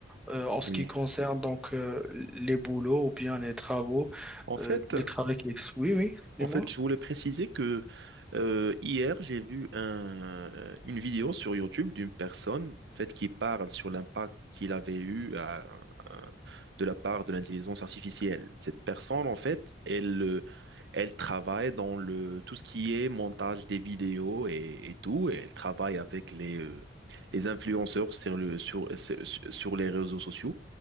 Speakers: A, in the centre; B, on the right.
A: euh, en ce
B: oui.
A: qui concerne donc euh, les boulots ou bien les travaux,
B: En fait,
A: euh, les travaux qui existent. Oui, oui,
B: en
A: dis-moi.
B: fait, je voulais préciser que euh, hier, j'ai vu un- une vidéo sur YouTube d'une personne, en fait, qui parle sur l'impact qu'il avait eu à- à- de la part de l'intelligence artificielle. Cette personne, en fait, elle, euh, elle travaille dans le tout ce qui est montage des vidéos et, et tout, et elle travaille avec les euh, les influenceurs sur le sur sur sur les réseaux sociaux.